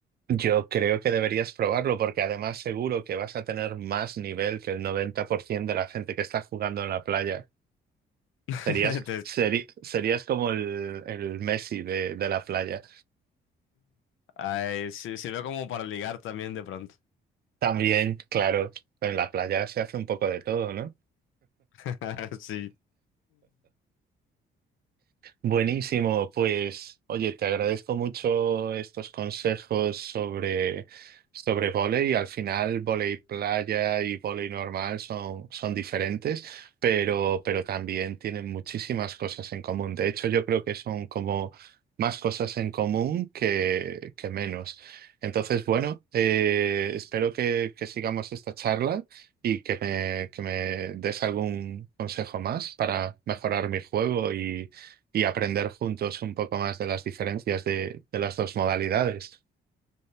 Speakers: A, on the right; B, on the left.
A: Yo creo que deberías probarlo porque además seguro que vas a tener más nivel que el 90% de la gente que está jugando en la playa.
B: <laughs>
A: Serías,
B: Entonces,
A: seri- serías como el, el Messi de de la playa.
B: ay, sí, sirve como para ligar también de pronto.
A: También, claro, en la playa se hace un poco de todo, ¿no?
B: <laughs> Sí.
A: Buenísimo, pues oye, te agradezco mucho estos consejos sobre, sobre vóley. Al final, vóley playa y vóley normal son, son diferentes, pero, pero también tienen muchísimas cosas en común. De hecho, yo creo que son como más cosas en común que, que menos. Entonces, bueno, eh, espero que, que sigamos esta charla y que me, que me des algún consejo más para mejorar mi juego y aprender juntos un poco más de las diferencias de, de las dos modalidades.